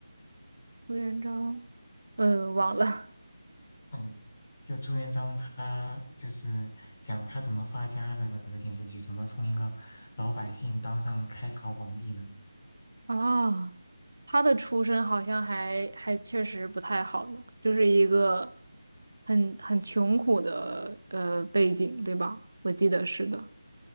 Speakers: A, on the right (about 60°); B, on the left (about 25°).
A: 朱元璋，呃，忘了
B: 嗯，就朱元璋他就是讲他怎么发家的那个电视剧，怎么从一个老百姓当上开朝皇帝呢？
A: <laughs> 啊。他的出身好像还还确实不太好呢，就是一个很很穷苦的呃背景，对吧？我记得是的。